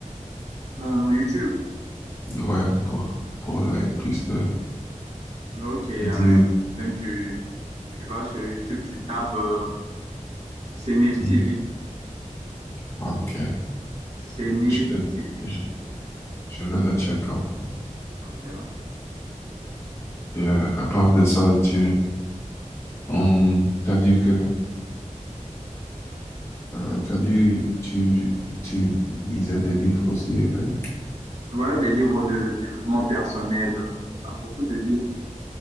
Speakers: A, on the right; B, on the left.
A: mon, mon YouTube.
B: ouais, pour, pour like, plus de,
A: Ok, il n'y
B: de
A: a,
B: dire.
A: y a pas de problème. Tu, tu vas sur YouTube, tu tapes euh, CNIF
B: Mhm.
A: TV.
B: Ah, Ok,
A: CNIF
B: je vais,
A: TV.
B: je, je vais le check out.
A: Ok. hein.
B: Et euh, à part de ça, tu on, t'as dit que euh, t'as dit tu tu lisais des livres aussi, right?
A: Voilà, les livres de développement personnel. euh, beaucoup de livres.